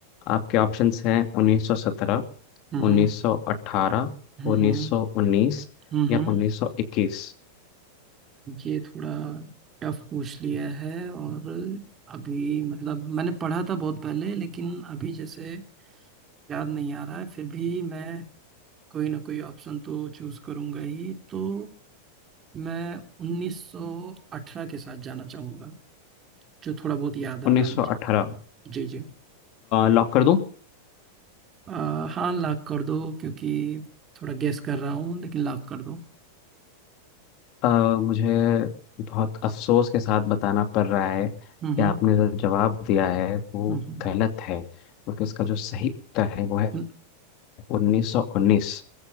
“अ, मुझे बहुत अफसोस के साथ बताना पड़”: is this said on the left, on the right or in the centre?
Left